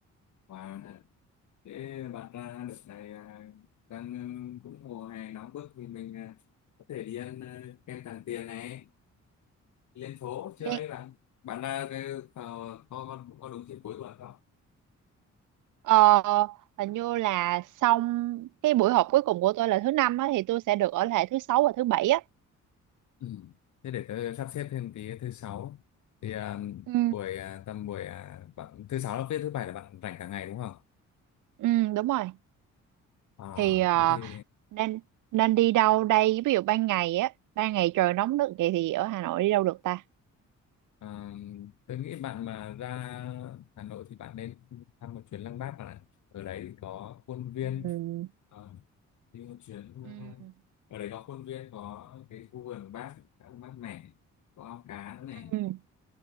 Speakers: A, on the left; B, on the right.
A: và thế bạn ra đợt này à, đang ừ, cũng mùa hè nóng bức thì mình à, có thể đi ăn à, kem Tràng Tiền này đi lên phố chơi
B: Đi.
A: bạn bạn ra cái vào có có, có đúng dịp cuối tuần không
B: Ờ, hình như là xong cái buổi họp cuối cùng của tôi là thứ năm á, thì tôi sẽ được ở lại thứ sáu và thứ bảy á.
A: Ừ. Thế để tớ sắp xếp thêm tí thứ sáu thì à,
B: Ừ,
A: buổi à, tầm buổi à, bạn thứ sáu là viết thứ bảy là bạn rảnh cả ngày đúng không?
B: ừ đúng rồi.
A: À,
B: Thì ờ,
A: thế thì
B: nên nên đi đâu đây ví dụ ban ngày á ban ngày trời nóng nực vậy thì ở Hà Nội đi đâu được ta
A: À, tôi nghĩ bạn mà ra Hà Nội thì bạn nên thăm một chuyến Lăng Bác bạn ạ. Ở đấy thì có khuôn viên
B: Ừm,
A: ờ, đi một chuyến ờ,
B: Ừm.
A: ở đấy có khuôn viên có cái khu vườn của Bác khá là mát mẻ có ao cá nữa này
B: ừm.